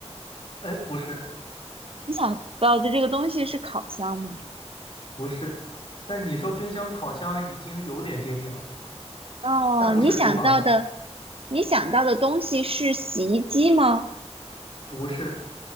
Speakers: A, on the left; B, on the right.
A: 哎，不是，
B: 你想到的这个东西是烤箱吗？
A: 不是。但你说冰箱、烤箱已经有点接近了，
B: 哦，
A: 但不是厨房的。
B: 你想到的，你想到的东西是洗衣机吗？
A: 不是，